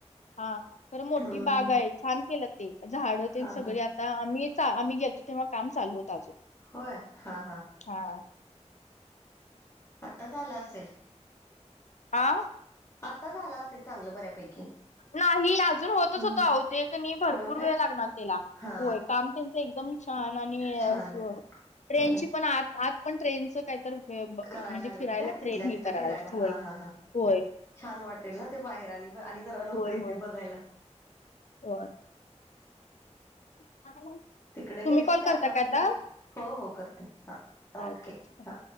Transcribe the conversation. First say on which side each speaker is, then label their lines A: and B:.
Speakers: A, on the left; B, on the left.
A: हा खरं मोठी
B: हम्म
A: बाग आहे, छान केलं ते झाडं तेन
B: हा
A: सगळे
B: हा
A: आ ता आम्ही चा आम्ही गेलतो तेव्हा काम चालू होतं अजून.
B: होय? हा हा.
A: हा.
B: आता झालं असेल.
A: आव्.
B: आता झालं असेल चांगलं बऱ्यापैकी.
A: नाही अजून होतच
B: हम्म
A: होत अहो, ते क नी भरपूर
B: होय काय
A: वेळ लागणार त्याला.
B: हा
A: होय काम त्यांचं एकदम छान आणि
B: छान
A: असं, ट्रेनची
B: बर
A: पण आत- आत पण ट्रेनचं काहीतर, ब
B: करायला
A: म्हणजे
B: लागलेत
A: फिरायला
B: काय तिथल्या
A: ट्रेन ही
B: तिथं
A: कराय
B: फिरायला
A: लागलेत होय
B: हा हा हा
A: होय.
B: छान वाटेल ना ते बाहेर आणि आणि जरा लोकं
A: होय
B: येतील
A: होय
B: बघायला.
A: होय. <inaudible>
B: तिकडे गेले
A: कॉल
B: की चार
A: करता
B: पाच
A: काय
B: दिवस,
A: आता
B: हो हो करते हा
A: चालतंय.
B: ओके हा.